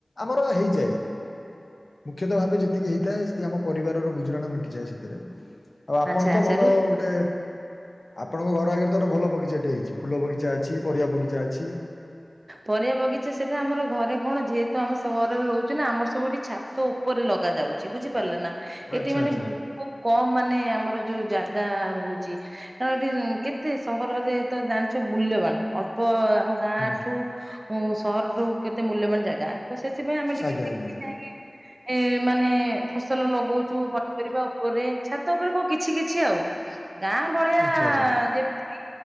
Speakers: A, on the left; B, on the right.
A: ଆମର ହେଇଯାଏ। ମୁଖ୍ୟତଃ ଭାବେ ଯେତିକି ହେଇଥାଏ ସେତିକି ଆମ ପରିବାରର ଗୁଜୁରାଣ ମେଣ୍ଟିଯାଏ ସେଥିରେ ଆଉ। ଆଉ ଆପଣ
B: ଆଚ୍ଛା
A: ତ
B: ଆଚ୍ଛା
A: ଭଲ
B: ରୁ
A: ଗୋଟେ ଆପଣଙ୍କ ଘର ଆଗରେ ତ ଗୋଟେ ଭଲ ବଗିଚାଟେ ହେଇଛି। ଫୁଲ ବଗିଚା ଅଛି ପରିବା ବଗିଚା ଅଛି।
B: ପରିବା ବଗିଚା ସେଇଟା ଆମର ଘରେ କଣ ଯେହେତୁ ଆମ ସହରରେ ରହୁଛୁ ନା ଆମର ସବୁଠି ଛା ତ ଉପରେ ଲଗା ଯାଉଛି ବୁଝିପାରିଲେ ନା
A: ଆଚ୍ଛା
B: ଏଠି ମାନେ
A: ଆଚ୍ଛା
B: କମ ମାନେ ଆମର ଯୋଉ ଜାଗା ରହୁଛି। କାରଣ ଏଠି କେତେ ସହରରେ ତ ଜାଣିଛ ମୂଲ୍ୟବାନ ଅଳ୍ପ ଆମ ଗାଁଠୁ
A: ହୁଁ
B: ସହରଠୁ କେତେ ମୂଲ୍ୟବାନ ଜାଗା ତ ସେଥିପାଇଁ ଆମେ ଟିକେ
A: ଆଜ୍ଞା
B: ଦେଖିଚାହିଁକି
A: ଆଜ୍ଞା
B: ଏ ମାନେ ଫସଲ ଲଗଉଛୁ ପନିପରିବା ଉପରେ ଛାତ ଉପରେ କୋଉ କିଛି କିଛି ଆଉ। ଗାଁ ଭଳିଆ
A: ଆଚ୍ଛା ଆଚ୍ଛା
B: ଯେମିତି କି